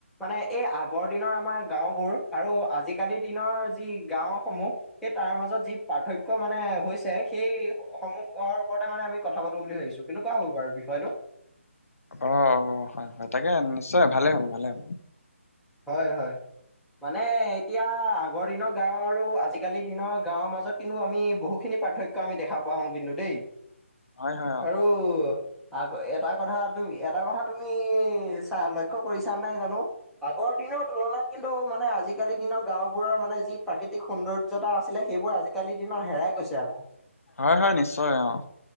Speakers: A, in the centre; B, on the left.
A: মানে এই আগৰ দিনৰ আমাৰ গাঁওবোৰ আৰু আজিকালি দিনৰ যি গাও সমূহ- সেই তাৰ মাজত যি পাৰ্থক্য মানে হৈছে সেই সমূহৰ ওপৰতে মানে আমি- কথা পাতো বুলি ভাবিছো কেনেকুৱা হব বাৰু বিষয়টো।
B: অঁ অঁ হয় হয় তাকে নিশ্চয় ভালে হ'ব ভালে হ'ব।
A: হয় হয়। মানে এতিয়া আগৰ দিনৰ গাঁও আৰু আজিকালি দিনৰ গাঁৱৰ মাজত। কিন্তু আমি বহুখিনি পাৰ্থক্য আমি দেখা পাওঁ কিন্তু দেই,
B: হয় হয় অ
A: আৰু- আকৌ এটা কথা তুমি এটা কথা তুমি চা লক্ষ্য কৰিছা নাই জানোঁ। আগৰ দিনৰ তুলনাত কিন্তু মানে আজিকালি দিনৰ গাঁওবোৰৰ মানে যি প্ৰাকৃতিক সৌন্দৰ্যতা আছিলে। সেইবোৰ আজিকালিৰ দিনত হেৰাই গৈছে আক।
B: হয় হয় নিশ্চয় অঁ।